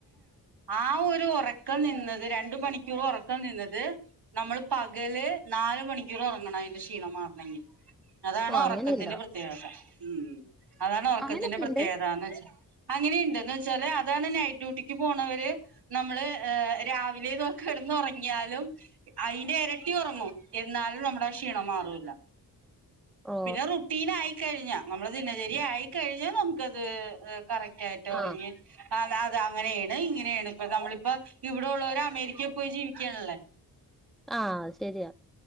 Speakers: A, on the right; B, in the centre.
A: ആ ഒരു ഒറക്കം നിന്നത് രണ്ട് മണിക്കൂർ ഒറക്കം നിന്നത് നമ്മള് പകല് നാല് മണിക്കൂർ ഒറങ്ങണം അതിന്റെ ക്ഷീണം മാറണങ്കിൽ. അതാണ്
B: ഓ
A: ഒറക്കത്തിന്റെ
B: അങ്ങനെയുണ്ടോ
A: പ്രത്യേകത ഉം അതാണ് ഒറക്കത്തിന്റെ
B: അങ്ങനെയൊക്കെയുണ്ട്
A: പ്രത്യേകതാന്ന് വെച്ചാ അങ്ങനെയുണ്ട് എന്ന് വെച്ചാല് അതാണ് നൈറ്റ് ഡ്യൂട്ടിക്ക് പോണവര് നമ്മള് ഏ രാവിലെ ഒക്കെ കിടന്ന് ഉറങ്ങിയാലും അയിന്റെ എരട്ടി ഒറങ്ങും എന്നാലും നമ്മുടെ ക്ഷീണം മാറൂല.
B: ഓ
A: പിന്നെ റുട്ടീൻ ആയിക്കഴിഞ്ഞാ നമ്മള് ദിനചര്യ ആയിക്കഴിഞ്ഞ് നമുക്കത് കറക്റ്റ് ആയി ട്ടൊറങ്ങി
B: ആ
A: അതേ അതേ അങ്ങനെണ് ഇങ്ങനെണ് ഇപ്പ നമ്മളിപ്പോ ഇവിടെ ഉള്ളവരെ അമേരിക്കയിൽ പോയി ജീവിക്ക്യണല്ലേ.
B: ആഹ് ശര്യാ.